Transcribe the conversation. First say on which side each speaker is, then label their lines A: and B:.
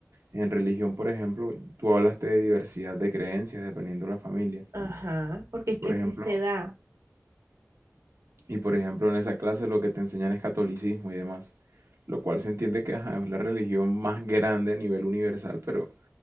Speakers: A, on the right; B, on the right.
A: en religión, por ejemplo, tú hablaste de diversidad de creencias dependiendo de la familia.
B: Ajá, porque
A: Y
B: es
A: por
B: que así
A: ejemplo,
B: se da.
A: y por ejemplo, en esa clase lo que te enseñan es catolicismo y demás. Lo cual se entiende que ajá, es la religión más grande a nivel universal, pero